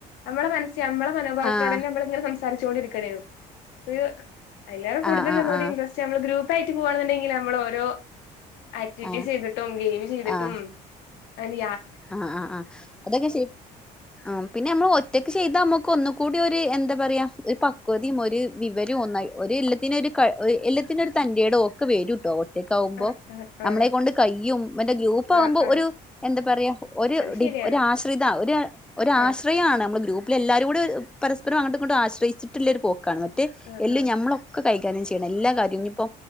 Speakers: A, on the left (about 85°); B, in the centre.
A: നമ്മള മനസ്സി നമ്മുടെ മനോഭാവത്തിലോടെ
B: ആഹ്
A: തന്നെ നമ്മള ഇങ്ങനെ സംസാരിച്ചുക കൊണ്ടിരിക്കേൂ അ അല്ലാരും കൂടുതൽ
B: ആഹ് ആഹ്
A: ഒന്നുകൂടി
B: ആഹ്
A: ഇൻട്രസ്റ്റ് നമ്മള് ഗ്രൂപ്പായിട്ട് പോകണുണ്ടെങ്കിൽ നമ്മൾ ഓരോ ആക്ടിവിറ്റീസ്
B: ആഹ്
A: ചെയ്തിട്ടും ഗെയിം ചെയ്തിട്ടും
B: ആഹ്
A: അനെ
B: ആഹ് ആഹ് ആഹ് അതൊക്കെ ശ ആഹ് പിന്നെ നമ്മൾ ഒറ്റക്ക് ചെയ്താ നമ്മുക്ക് ഒന്ന കൂടി ഒരു എന്താ പറയാ ഒരു പക്വതിയും ഒരു വിവരവും ഒന്നായി ഒ എല്ലാത്തിനൊ ഒരു എല്ലത്തിന ഒരു തന്റെറേടോ ഒക്കെ വരൂട്ടോ റ്റക്കകുമ്പോ
A: ആഹ് ആഹ്
B: നമ്മളെ
A: ആഹ്
B: കൊണ്ട് കയ്യും മറ്റേ ഗ്രൂപ്പ ആകുമ്പോ
A: ആഹ് ആഹ്
B: ഒരു എന്താ പറയാ
A: അത് ശരിയാണ്
B: ഡി ആശ്രിത ഒരു ആശ്ര
A: ആഹ്
B: ത്രയാണ് നമ്മൾ ഗ്രൂപ്പില എല്ലാവരും കൂടെ പര്പരംങ്ങട്ടും ആശ്രയിച്ചിട്ടുള്ളൊ ഒരു പോക്കാണ്
A: ആഹ്
B: എല്ല
A: ആഹ്
B: ഞമ്മളൊക്കെ കൈകാര്യം ചെയ്യണം എല്ലാ കാര്യവും ഇപ്പോ